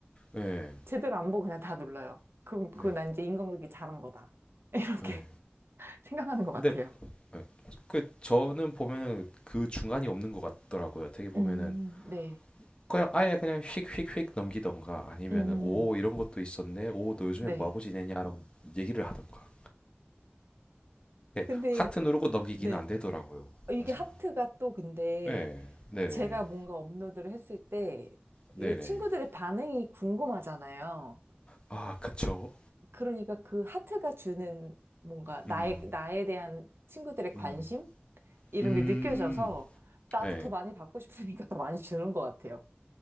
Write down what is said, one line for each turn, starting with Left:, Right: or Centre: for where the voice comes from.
Left: 예.
Right: 제대로 안 보고 그냥 다 눌러요. 그럼 그건
Left: 예.
Right: 난 이제 인간극이 잘한 거다 <laughs> 이렇게
Left: 예.
Right: <laughs> 생각하는 것 같아요.
Left: 근데 예. 그 저는 보면은 그 중간이 없는 것 같더라고요. 되게 보면은
Right: 음, 네,
Left: 그냥 아예 그냥 휙휙휙 넘기던가 아니면은
Right: 음,
Left: 오 이런 것도 있었네 오 너 요즘에
Right: 네,
Left: 뭐 하고 지내냐라고 얘기를 하던가 예,
Right: 근데
Left: 하트 누르고 넘기기는
Right: 네
Left: 안 되더라고요
Right: 어, 이게
Left: 맞아
Right: 하트가 또 근데
Left: 네 네네
Right: 제가 뭔가 업로드를 했을 때
Left: 네네
Right: 이게 친구들의 반응이 궁금하잖아요.
Left: 아 그쵸
Right: 그러니까 그 하트가 주는 뭔가 나에,
Left: 음
Right: 나에 대한 친구들의 관심?
Left: 음
Right: 이런
Left: 음
Right: 게 느껴져서 나도
Left: 네
Right: 더 많이 받고 싶으니까 더 많이 주는 것 같아요.